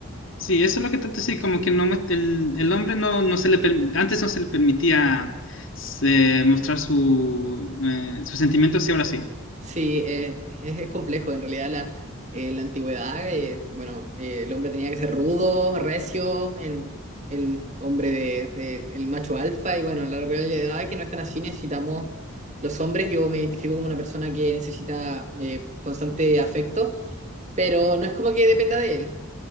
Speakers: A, on the left; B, on the right.
A: Sí, eso es lo que trato de decir, como que no, muest- el, el hombre no, no se le, per- antes no se le permitía se- mostrar su, eh, sus sentimientos y ahora sí.
B: Sí, eh, es, es complejo. En realidad, la, eh, la antigüedad, eh, bueno, eh, el hombre tenía que ser rudo, recio, el, el hombre de, de- el macho alfa, y bueno, la realidad es que no están así. Necesitamos los hombres. Yo me identifico como una persona que necesita eh, constante afecto, pero no es como que dependa de él.